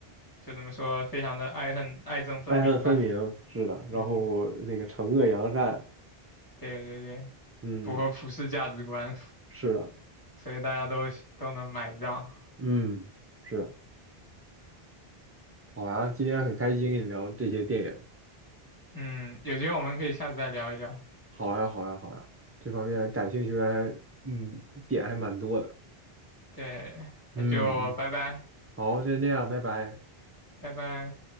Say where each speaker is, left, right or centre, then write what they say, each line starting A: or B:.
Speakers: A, on the left; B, on the right.
A: 就怎么说，非常的爱恨爱憎分明吧。
B: 爱恨分明，是的。然后那个惩恶扬善，
A: 嗯，对对对，
B: 嗯，
A: 符合普世价值观，
B: 是的，
A: 所以大家都都能买账。
B: 嗯，是。好呀，今天很开心跟你聊这些电影。
A: 嗯，有机会我们可以下次再聊一聊。
B: 好呀，好呀，好呀，这方面感兴趣的还，嗯，点还蛮多的。
A: 对，
B: 嗯嗯，
A: 那就拜拜，
B: 好，先这样，拜拜。
A: 拜拜。